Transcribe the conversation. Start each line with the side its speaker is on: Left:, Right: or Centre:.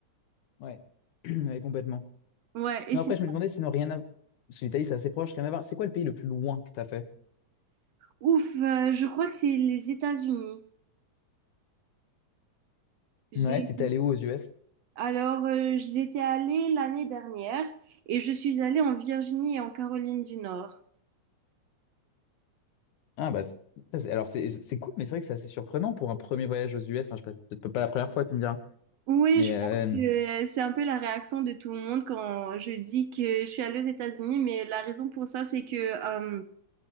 Left: Ouais, <clears throat> Ouais, complètement.
Right: Ouais, et
Left: Non,
Right: sinon,
Left: après, je me demandais, sinon, rien à... Parce que l'Italie, c'est assez proche, rien à voir. C'est quoi le pays le plus loin que t'as fait?
Right: Ouf, euh, je crois que c'est les États-Unis. J'ai
Left: Ouais, t'étais allé où aux US?
Right: alors euh, j'étais allée l'année dernière et je suis allée en Virginie et en Caroline du Nord.
Left: Ah, bah, c'est- ça, c'est- alors, c'est c'est cool, mais c'est vrai que c'est assez surprenant pour un premier voyage aux US. Enfin, je sais pas, c'est peut-être pas la première fois, tu me diras.
Right: Oui,
Left: Mais,
Right: je pense
Left: euh,
Right: que euh, c'est un peu la réaction de tout le monde quand je dis que je suis allée aux États-Unis, mais la raison pour ça, c'est que euh,